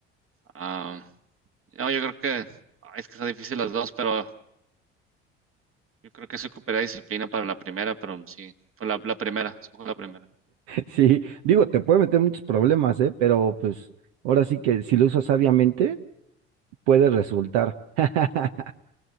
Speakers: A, on the right; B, on the right.
A: Ah, no, yo creo que ah, es que está difícil las dos, pero Yo creo que se ocupará disciplina para la primera, pero sí, fue la, la primera, escojo la primera.
B: Sí, digo, te puede meter muchos problemas, ¿eh? Pero pues ahora sí que si lo usas sabiamente, puede resultar. <laughs>